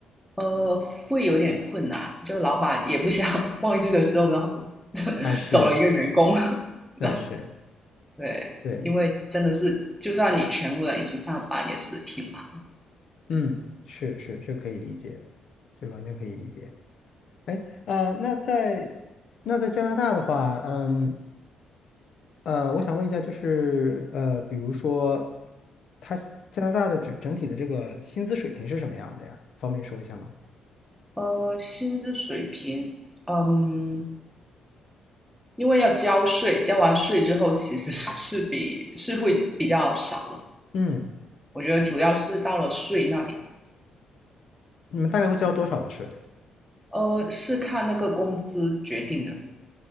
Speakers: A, in the centre; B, on the left.
A: 呃，会有点困难。就老板也不想 <laughs> 忘记的时候，然后 <laughs>
B: 那是
A: 走了一个员工，<laughs> 然后
B: 那是，
A: 对，
B: 对，
A: 因为真的是，就算你全部人一起上班，也是挺忙。
B: 嗯，是是，这可以理解，这完全可以理解。哎，呃，那在那在加拿大的话，嗯呃，我想问一下，就是呃，比如说，它加拿大的整整体的这个薪资水平是什么样的呀？方便说一下吗？
A: 呃，薪资水平，嗯，因为要交税，交完税之后其实 <laughs> 是比是会比较少的。
B: 嗯，
A: 我觉得主要是到了税那里。
B: 你们大概会交多少的税？
A: 呃，是看那个工资决定的，